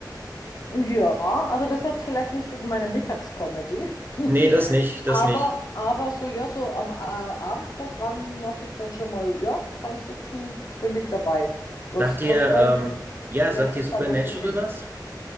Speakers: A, on the left; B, on the right.
A: Ja, also das ist jetzt vielleicht nicht für meine Mittagscomedy. <laughs>
B: Nee, das nicht, das
A: Aber,
B: nicht.
A: aber so, ja, so am äh, Abendprogramm mache ich dann schon mal, ja, Science Fiction bin ich dabei. Was
B: Sagt dir,
A: hast du da
B: ähm,
A: in
B: ja,
A: letzter
B: sagt dir Supernatural
A: Zeit was gesehen?
B: was?